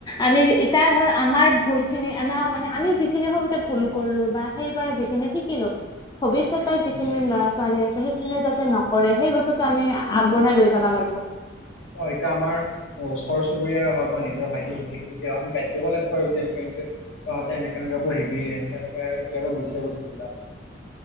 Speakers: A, on the left; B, on the left.
A: আমি এতিয়া ধৰ আমাৰ ভুল খিনি আমাৰ মানে আমি যিখিনি সৰুতে ভুল কৰিলো বা সেই পৰা যিখিনি শিকিলো ভৱিষ্যত ত যিখিনি
B: উম
A: ল'ৰা ছোৱালী আছে সেইখিনিয়ে যাতে নকৰে সেই বস্তুটো আমি আগবঢ়াই লৈ যাব লাগিব
B: অ এতিয়া আমাৰ অ ওচৰ চুুৰীয়াৰে হওক বা নিজৰ ভাইটি ভণ্টি খিনিকে হওক আমি গাইড কৰিব লাগিব আৰু যে কেনকে তহতে এনেকে এনেকে পঢ়িবি এনেকে এনেকে এতিয়াৰ পৰা বুজি যা বস্তু বিলাক